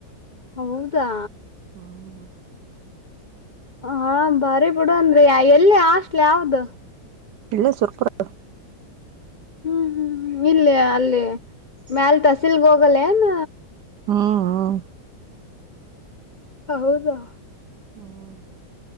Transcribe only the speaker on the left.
ಹೌದಾ
ಹಾ ಬರಿ ಬಿಡನ್ರಿ ಎಲ್ಲಿ ಹಾಸ್ಟಲ್ ಯಾವ್ದ?
ಹ್ಮ್ ಹ್ಮ್ ಇಲ್ಲಿ ಅಲ್ಲಿ ಮ್ಯಲ್ ತಸೀಲ್ಗ ಹೋಗಲ್ಲ ಏನ್?
ಹೌದಾ.